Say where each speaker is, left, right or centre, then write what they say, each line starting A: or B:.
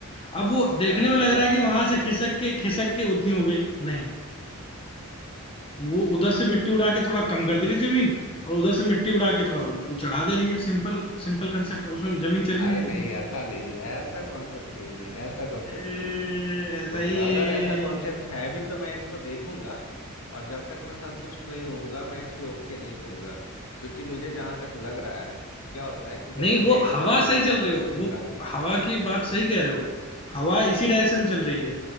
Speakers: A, on the left; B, on the left.
A: अब वो देखने
B: अरे क्या
A: में लग रहा
B: बात
A: है कि वहां
B: कर रहे
A: से
B: हैं
A: खिसक
B: यार
A: के खिसक के उतनी हो गई नहीं वो उधर से मिट्टी उड़ा के थोड़ा कम कर दे रही है जमीन और उधर से मिट्टी उड़ा के थोड़ा उ- चढ़ा दे रही है सिंपल सिंपल कंसेप्ट है उसमें जमीन चली नहीं
B: अरे
A: रही
B: नहीं
A: है
B: ऐसा नहीं है ऐसा कॉन्सेप्ट नहीं है ऐसा कॉन्सेप्ट
A: ए,
B: नहीं है
A: ऐसा
B: अब
A: ही
B: अगर
A: है
B: ऐसा कॉन्सेप्ट है भी तो मैं इसको देखूंगा और जब तक मैं संतुष्ट नहीं होऊंगा मैं इस पे ओके नहीं कहूंगा क्योंकि मुझे जहां तक लग रहा है क्या होता है कि जब
A: नहीं
B: प्लेट्स
A: वो हवा
B: जब
A: सही
B: नीचे
A: चल
B: आपस
A: रही हो
B: में टकराती
A: वो
B: हैं
A: हवा की बात सही कह रहे हो हवा इसी डायरेक्शन में चल रही है